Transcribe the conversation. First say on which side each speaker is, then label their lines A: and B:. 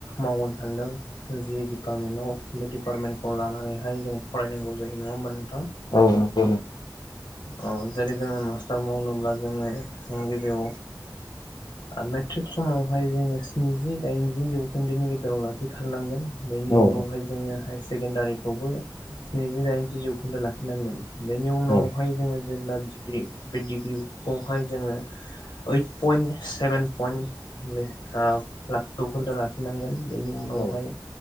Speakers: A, on the left; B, on the left.
A: मावनो सानदों जि डिपार्टमेन्टाव बे डिपार्टमेन्टखौ लानानैहाय जों फरायनांगौ जायो नङा होमबा नों
B: औ नंगौ नों
A: औ जेरै जोङो मास्टार मावनोब्ला जोङो गिबियाव मेट्रिक समावहाय जोङो स्निजि दाइनजि जौखोन्दोनि गेजेराव लाखिथारनांगोन बेनि
B: औ
A: उनावहाय जोङो हाइस सेकेण्डारिखौबो स्निजि दाइनजि जौखोन्दो लाखिनांगोन बेनि उनावहाय
B: औ
A: जोङो जेनबा डिग्रि बे डिग्रिखौहाय जोङो ओइट पइन्ट सेभेन पइन्ट ओ जौखोन्दो लाखिनांगोन बेनि उनावहाय
B: औ